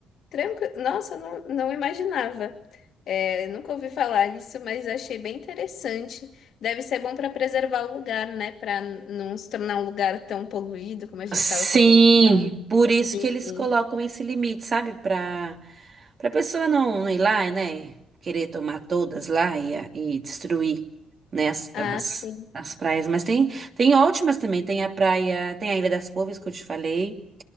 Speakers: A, on the left; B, on the right.
A: Tranquilo. Nossa, eu não, não imaginava. É, nunca ouvi falar disso, mas achei bem interessante. Deve ser bom para preservar o lugar, né? Para não se tornar um lugar tão poluído como a gente
B: Sim,
A: estava falando. Então,
B: Por isso
A: enfim.
B: que eles colocam esse limite, sabe? Para para pessoa não, não ir lá, né? Querer tomar todas lá e, a- e destruir, né, as,
A: Ah,
B: as,
A: sim.
B: as praias. Mas tem, tem ótimas também. Tem a praia, tem a Ilha das Couves, que eu te falei.